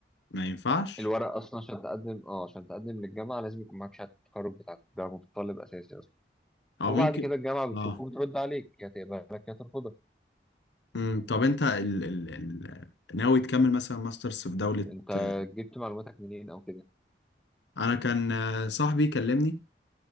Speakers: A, on the left; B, in the centre.
A: ما ينفعش
B: الورق اصلا عشان تقدم اه عشان تقدم للجامعه لازم يكون معاك شهاده التخرج بتاعتك ده متطلب اساسي اصلا
A: او
B: وبعد
A: ممكن
B: كده الجامعه بتشوفه
A: اه
B: وبترد عليك يا تقبلك يا ترفضك
A: امم طب انت ال... ال... ال... ناوي تكمل مثلا ماسترز في دولة
B: انت
A: آه،
B: جبت معلوماتك منين او كده
A: انا كان آه، صاحبي كلمني